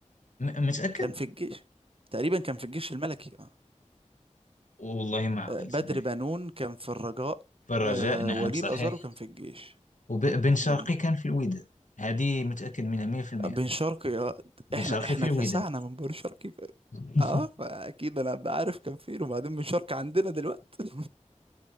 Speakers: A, on the left; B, on the right.
A: م- متأكد
B: كان في الجيش تقريبا كان في الجيش الملكي اه
A: والله ما عقلت
B: آه، بدر
A: أنا
B: بنون كان في الرجاء
A: فالرجاء
B: آه
A: نعم
B: وليد
A: صحيح
B: ازارو كان في الجيش
A: وبن شرقي
B: مم.
A: كان في الوداد هذه متأكد منها 100%
B: بن شرقي آه،
A: بن
B: احنا
A: شرقي
B: احنا
A: في
B: اتلسعنا
A: الوداد
B: من بن شرقي ف-
A: <laughs>
B: اه فاكيد انا بعرف كان فين وبعدين بن شرقي عندنا دلوقتي